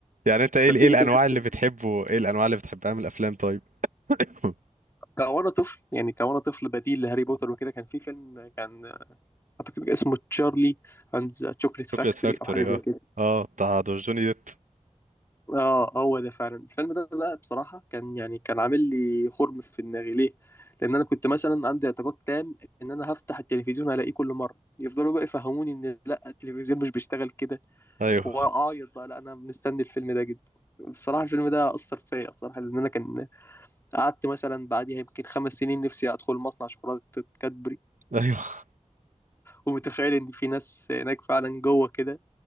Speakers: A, on the right; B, on the left.
A: يعني انت ايه
B: أنت
A: ال- ايه
B: في إيه
A: الانواع
B: تاني شفته؟
A: اللي بتحبه ايه الانواع اللي بتحبها من الافلام طيب <laughs>
B: كوانا طفل يعني كوانا طفل بديل لهاري بوتر وكده كان في فيلم كان اعتقد اسمه تشارلي اند ذا تشوكليت فاكتوري
A: شوكليت فاكتوري
B: او حاجه زي
A: اه
B: كده
A: اه بتاع دور جوني ديب
B: اه هو ده فعلا الفيلم ده بقى بصراحه كان يعني كان عامل لي خرم في دماغي ليه لان انا كنت مثلا عندي اعتقاد تام ان انا هفتح التلفزيون الاقيه كل مره يفضلوا بقى يفهموني ان لا التلفزيون مش بيشتغل كده
A: ايوه
B: واعيط بقى لا انا مستني الفيلم ده جدا بصراحة الفيلم ده أثر فيا بصراحة لأن أنا كان قعدت مثلا بعديها يمكن خمس سنين نفسي أدخل مصنع شوكولاتة كادبري
A: ايوه
B: ومتخيل ان في ناس هناك فعلا جوه كده